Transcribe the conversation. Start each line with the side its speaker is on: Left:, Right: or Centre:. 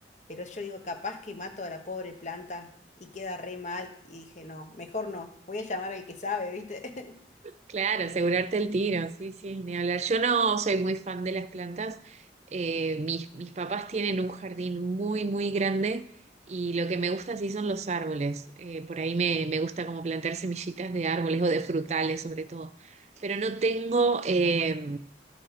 Left: Pero yo digo, capaz que mato a la pobre planta y queda re mal. Y dije, no, mejor no. Voy a llamar al que sabe, ¿viste? <laughs>
Right: Claro, asegurarte el tiro, sí, sí, ni hablar. Yo no soy muy fan de las plantas. Eh, mis, mis papás tienen un jardín muy, muy grande y lo que me gusta sí son los árboles. Eh, por ahí me, me gusta como plantar semillitas de árboles o de frutales sobre todo. Pero no tengo, eh,